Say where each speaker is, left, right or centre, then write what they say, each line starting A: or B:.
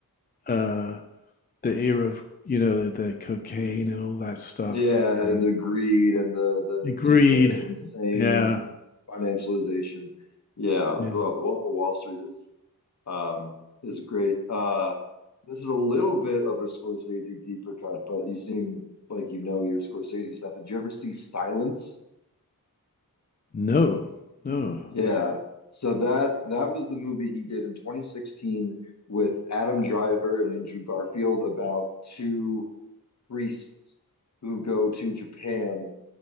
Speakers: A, on the left (about 25°); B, on the left (about 50°).
A: uh the era of you know the, the cocaine and all that stuff
B: Yeah,
A: and
B: and the greed and the the
A: the greed.
B: ta- the insane
A: Yeah,
B: financialization. Yeah,
A: yeah.
B: well, the Wolf of Wall Street is um is great. Uh, this is a little bit of a Scorsese deeper cut, but you seem like you know your Scorsese stuff. Did you ever see Silence?
A: No, no.
B: Yeah. So that that was the movie he did in 2016 with Adam Driver and Andrew Garfield about two priests who go to Japan